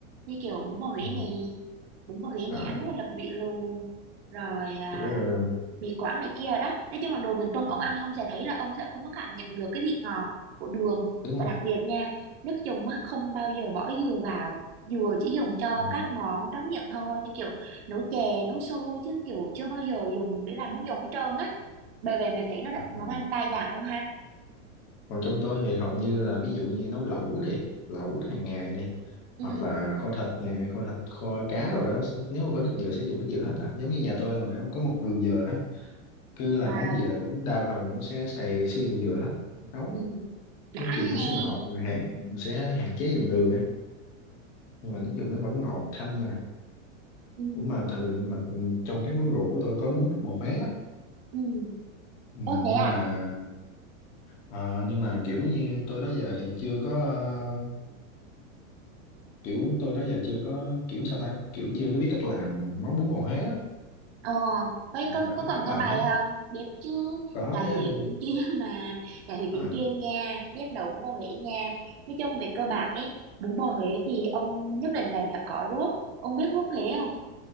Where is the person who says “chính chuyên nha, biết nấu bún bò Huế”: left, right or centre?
Right